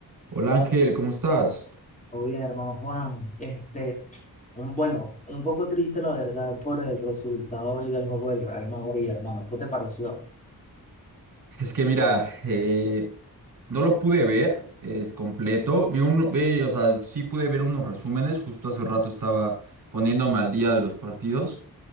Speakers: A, on the right; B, on the left.
A: Hola Ángel, ¿cómo estás?
B: Oye, hermano Juan, este, un, bueno, un poco triste la verdad por el resultado hoy del juego del Real Madrid, hermano. ¿Qué te pareció?
A: Es que mira, eh, no lo pude ver es completo. Vi uno, vi- o sea, sí pude ver unos resúmenes. Justo hace rato estaba poniéndome al día de los partidos.